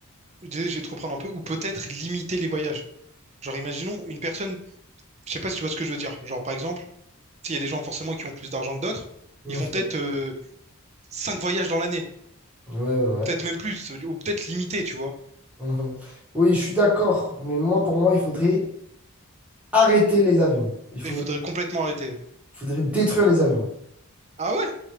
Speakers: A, on the right; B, in the centre.
A: désolé, je vais te reprendre un peu. Ou peut-être limiter les voyages. Genre, imaginons une personne. Je sais pas si tu vois ce que je veux dire. Genre, par exemple. sais, il y a des gens forcément qui ont plus d'argent que d'autres.
B: Mhm.
A: Ils font peut-être euh, cinq voyages dans l'année,
B: Ouais, ouais, ouais.
A: peut-être même plus, ou peut-être limité, tu vois.
B: Mhm. Oui, je suis d'accord, mais moi, pour moi, il faudrait arrêter les avions. Il faudrait
A: Il faudrait complètement arrêter.
B: faudrait détruire les avions.
A: Ah ouais?